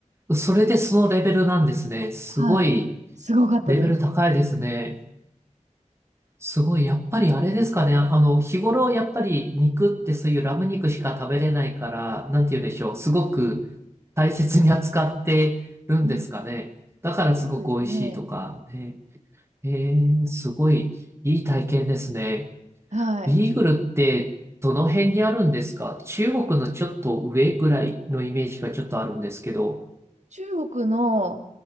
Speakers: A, on the right; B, on the right.
A: それでそのレベルなんですね。すごい、
B: はい、すごかったです。
A: レベル高いですね。すごい、やっぱりあれですかね。あの、日頃やっぱり肉ってそういうラム肉しか食べれないから、なんて言うんでしょう。すごく大切に扱ってるんですかね。
B: うん、
A: だからすごく美味しいとかね。
B: そうですね。
A: えー、すごいいい体験ですね。
B: はい。
A: ビーグルってどの辺にあるんですか中国のちょっと上ぐらいのイメージがちょっとあるんですけど。
B: 中国の